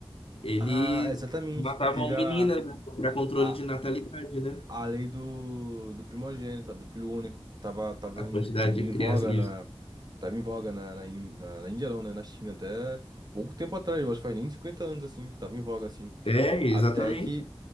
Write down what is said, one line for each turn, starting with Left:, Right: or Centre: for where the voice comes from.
Left: eles
Right: Ah, exatamente.
Left: matavam
Right: Teve
Left: meninas,
Right: a,
Left: né, para controle
Right: a,
Left: de natalidade, né?
Right: a lei do, do primogênito, sabe? Do filho único. Tava, tava
Left: A quantidade
Right: em,
Left: de
Right: em voga
Left: crianças. Isso.
Right: na. Tava em voga na, na, Ín- na, na Índia, não, né? Na China, até pouco tempo atrás, eu acho que faz nem 50 anos, assim. Tava em voga, assim.
Left: É, exatamente.
Right: Até que,